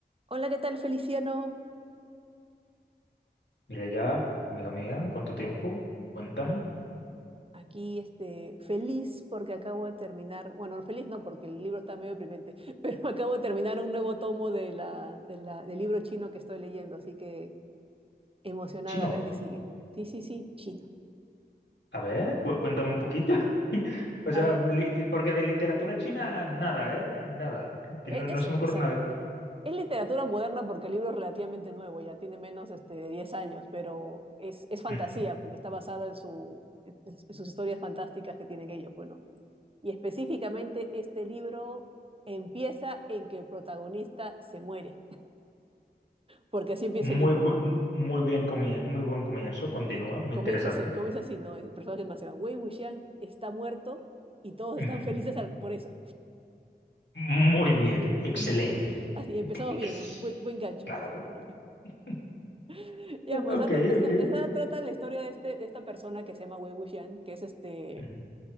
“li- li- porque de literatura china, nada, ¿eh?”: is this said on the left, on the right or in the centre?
Left